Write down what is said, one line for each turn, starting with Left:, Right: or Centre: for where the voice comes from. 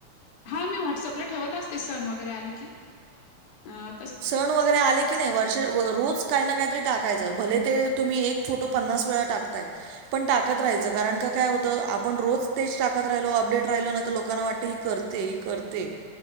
Left: हां मी व्हॉट्सअपला ठेवत असते सण वगैरे आले की, अह
Right: सण वगैरे आले की नाही वर्ष, रोज काय ना काहीतरी टाकायचं भले ते तुम्ही एक फोटो पन्नास वेळा टाक ताय, पण टाकत
Left: हम्म
Right: राहायचं कारण का काय होत आपण रोज तेच टाकत राहिलो अपडेट राहिलो ना तर लोकांना वाटत ही करते ही करते